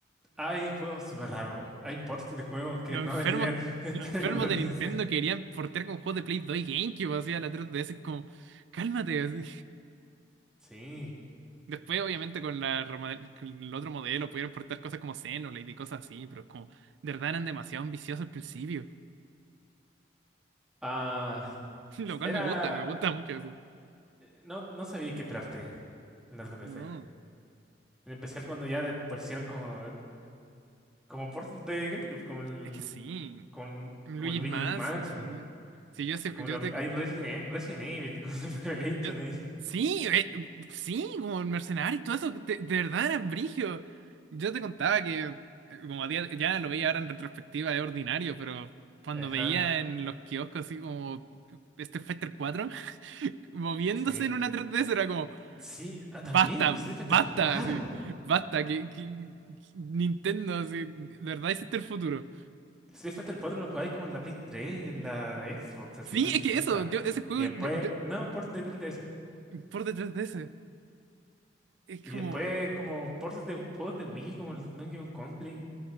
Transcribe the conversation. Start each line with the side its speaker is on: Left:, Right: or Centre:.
Centre: Hay juegos súper raros. Hay ports de juegos que
Right: Los
Centre: no
Right: enfermos,
Centre: deberían <laughs> estar
Right: los enfermos
Centre: en la 3DS.
Right: de Nintendo querían portear con juegos de Play 2 y GameCube, así a la 3DS, es como, cálmate. así.
Centre: Sí.
Right: Después, obviamente, con la remodel- con el otro modelo pudieron portar cosas como Xenoblade y cosas así, pero es como, de verdad eran demasiado ambiciosos al principio.
Centre: Ah,
Right: <laughs> Lo cual
Centre: era.
Right: me gusta, me gusta mucho eso.
Centre: No, no sabía qué esperarte en la 3DS.
Right: No,
Centre: En especial cuando ya de- pusieron como como Portal de GameCube, como el,
Right: es que sí.
Centre: como, el-
Right: Luigi's
Centre: como el Luigi's
Right: más,
Centre: Mansion,
Right: sí. Sí, yo, se-
Centre: como
Right: yo
Centre: los,
Right: te,
Centre: hay Resident, E- Resident Evil, <laughs> como el Revelation
Right: Yo-
Centre: ahí.
Right: Sí, eh, sí, como el mercenario y todo eso, de, de verdad era brigio. Yo te contaba que, eh, como a día, ya lo veía ahora en retrospectiva, es ordinario, pero cuando
Centre: Ajá,
Right: veía en los kioscos así como este Fighter 4 <laughs> moviéndose
Centre: sí.
Right: en una 3DS era como,
Centre: Sí, ah,
Right: basta,
Centre: también Street Fighter
Right: basta,
Centre: 4.
Right: así, basta, que, que- Nintendo, así, de verdad hiciste el futuro.
Centre: Street Fighter 4 lo jugáis como en la Play 3 y en la Xbox, así
Right: Sí,
Centre: trescientos
Right: es
Centre: sesenta
Right: que eso, yo, ese juego,
Centre: Y después,
Right: yo- yo-
Centre: no, port de tres D S
Right: por de 3DS, es
Centre: Y
Right: como...
Centre: después como ports de juegos de Wii, como el Donkey Kong Country.